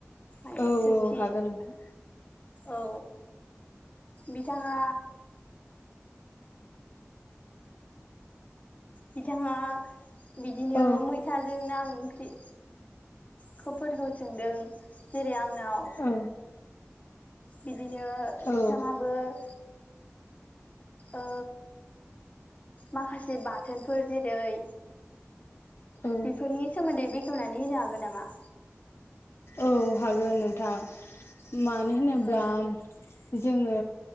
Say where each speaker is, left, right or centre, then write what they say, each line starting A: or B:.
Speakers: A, on the left; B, on the left.
A: आरो
B: औ
A: सोंथि
B: हागोन नोंथां
A: औ बिथाङा बिथाङा बिदिनो
B: औ
A: मैथाजों ना ओंख्रि खफोरखौ सोंदों जेरै आंनाव
B: औ
A: बिदिनो नोंथाङाबो-
B: औ
A: ओ माखासे बाथोनफोर जेरै
B: औ
A: बेफोरनि सोमोन्दै बेखेवनानै होनो हागोन नामा
B: औ हागोन नोंथां मानो होनोब्ला
A: औ
B: जोङो